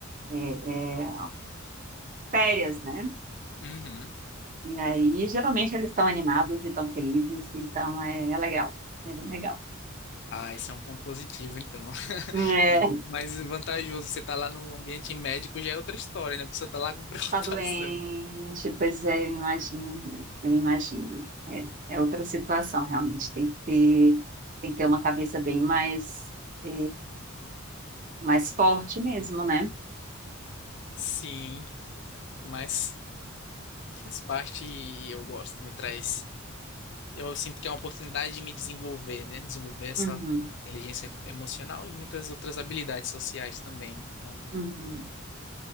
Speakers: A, on the right; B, on the left.
A: é, é férias, né?
B: Uhum.
A: E aí, geralmente, eles estão animados e estão felizes, então é, é legal, é bem legal.
B: Ah, esse é um ponto positivo, então. <laughs>
A: É,
B: É um- Mais vantajoso você tá lá no ambiente médico já é outra história, né? A pessoa tá lá com <laughs> preocupação.
A: Tá doente, pois é, eu imagino, eu imagino. É, é outra situação, realmente. Tem que ter, tem que ter uma cabeça bem mais, é, mais forte mesmo, né?
B: Sim, mas faz parte e eu gosto, me traz. Eu sinto que é uma oportunidade de me desenvolver, né? Desenvolver essa
A: Uhum,
B: inteligência emocional e muitas outras habilidades sociais também. Então,
A: uhum.